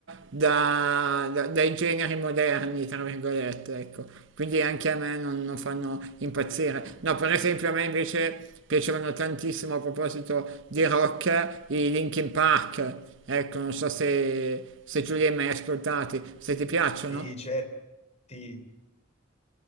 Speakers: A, on the right; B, on the left.
A: da- da- dai generi moderni, tra virgolette, ecco. Quindi anche a me non, non fanno impazzire. No, per esempio a me invece piacevano tantissimo a proposito di rock i Linkin Park. Ecco, non so se, se tu li hai mai ascoltati, se ti piacciono.
B: Sì, certo, sì,